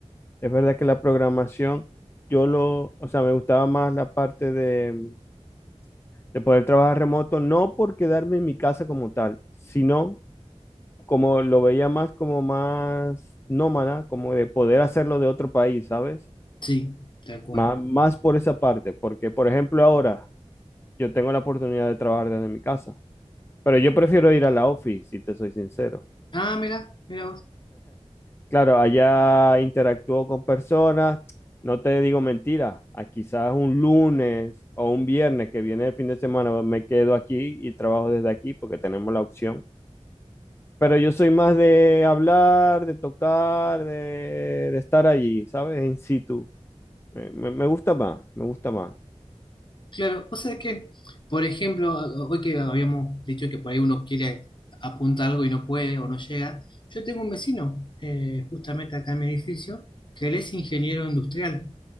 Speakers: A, on the left; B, on the left.
A: es verdad que la programación, yo lo, o sea, me gustaba más la parte de, de poder trabajar remoto, no por quedarme en mi casa como tal, sino como lo veía más como más nómada, como de poder hacerlo de otro país, ¿sabes?
B: sí, tal cual.
A: Má- más por esa parte, porque por ejemplo ahora yo tengo la oportunidad de trabajar desde mi casa, pero yo prefiero ir a la office, si te soy sincero.
B: Ah, mira, mira
A: Claro, allá interactúo con personas, no te digo mentira, a quizás un lunes o un viernes que viene el fin de semana me quedo aquí y trabajo desde aquí porque tenemos la opción Pero yo soy más de hablar, de tocar, de, de estar allí, ¿sabes? En situ. Me, me- me gusta más, me gusta más.
B: Claro, o sea que, por ejemplo, hoy que habíamos dicho que por ahí uno quiere apuntar algo y no puede o no llega, yo tengo un vecino, eh, justamente acá en mi edificio, que él es ingeniero industrial,